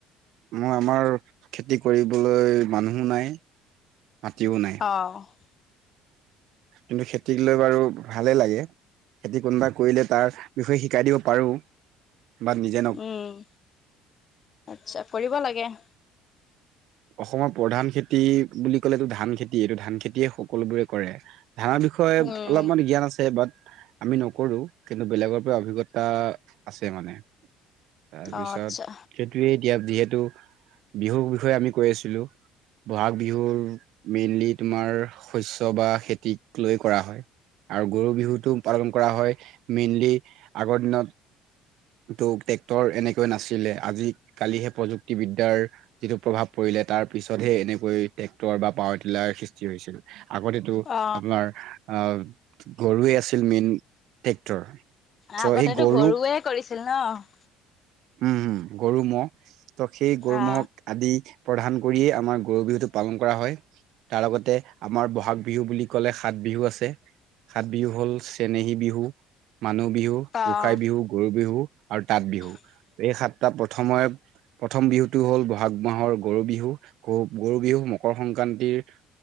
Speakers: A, on the right; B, on the left.
A: অ'! আমাৰ, খেতি কৰিবলৈ মানুহ নাই। মাটিও নাই।
B: অ'!
A: কিন্তু, খেতিক লৈ বাৰু ভালে লাগে। খেতি কোনোবা কৰিলে তাৰ বিশৈয়ে শিকাই দিব পাৰোঁ। বা নিজে
B: উম, আচ্ছা কৰিব লাগে।
A: অসমৰ প্ৰধান খেতি বুলি ক'লেটো ধান খেতি, এইটো ধান খেতিয়ে সকলোবোৰে কৰে। ধানৰ বিষয়ে
B: উম
A: অলপমান জ্ঞান আছে বাট আমি নকৰো, কিন্তু বেলেগৰ পৰা অভিজ্ঞতা আছে মানে। তাৰপিছত
B: অ আচ্ছা
A: সেইটোৱে এতিয়া যিহেতু, বিহুৰ বিষয়ে আমি কৈ আছিলো। বহাগ বিহুৰ মেইনলি তোমাৰ শস্য বা খেতিক লৈ কৰা হয়। আৰু গৰু বিহুতটো পালন কৰা হয়, মেইনলি আগৰ দিনত টো ট্ৰেক্টৰ এনেকৈ নাছিলে, আজি কালিহে প্ৰযুক্তি বিদ্যাৰ যিটো প্ৰভাৱ পৰিলে তাৰ পিছতহে এনেকৈ ট্ৰেক্টৰ বা পাৱাৰ টিলাৰ সৃষ্টি হৈছিল। আগতেটো টো
B: অ
A: আপোনাৰ অ', গৰুৱে আছিল মেইন ট্ৰেক্টৰ। চ'
B: আগতেটো
A: সেই গৰুক
B: গৰুৱে কৰিছিল ন'?
A: উম, হুম, গৰু ম'হ ত' সেই গৰু
B: অ
A: ম'হক আদি প্ৰধান কৰিয়ে আমাৰ গৰু বিহুটো পালন কৰা হয়। তাৰ লগতে আমাৰ বহাগ বিহু বুলি কলে সাত বিহু আছে। সাত বিহু হ'ল চেনেহী বিহু, মানুহ বিহু
B: অ
A: গোসাই বিহু, গৰু বিহু আৰু তাঁত বিহু।
B: <inaudible>
A: এই সাতটা প্ৰথমে প্ৰথম বিহুটো হ'ল বহাগ মাহৰ গৰু বিহু, গ-গৰু বিহু মকৰ সংক্ৰান্তিৰ